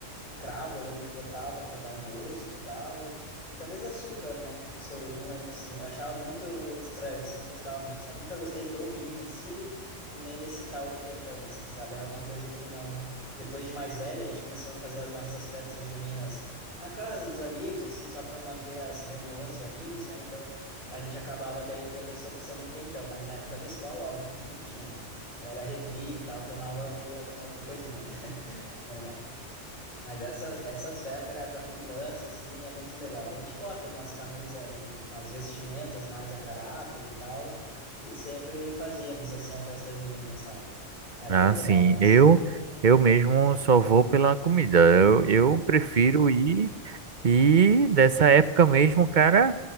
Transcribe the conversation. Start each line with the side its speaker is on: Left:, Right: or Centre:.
Left: cravo, eu lembro que botava para dar um gosto e tal. E talvez açúcar, né? Não sei, não lembro assim. Eu achava muito estranho, assim, não gostava muito, sabe? Nunca gostei do vinho em si e nem desse tal do quentão, assim, sabe? Era uma coisa que não. Depois de mais velho, a gente começou a fazer as nossas festas juninas na casa dos amigos, assim, só para manter as reuniões de amigos, né? Então a gente acabava daí tendo essa opção do quentão, mas na época da escola, óbvio que não tinha, né? Era refri e tal, tomava ali alguma outra coisinha, né? <laughs> Normal. Mas essas, essas festas, cara, pra comilança, assim, é muito legal. Daí a gente bota umas camisas, um, umas vestimentas mais a caráter e tal, e sempre fazíamos, assim, a festa junina, sabe? Era
Right: Assim,
Left: bem legal mesmo.
Right: eu eu mesmo só vou pela comida. Eu, eu prefiro ir e dessa época mesmo, cara,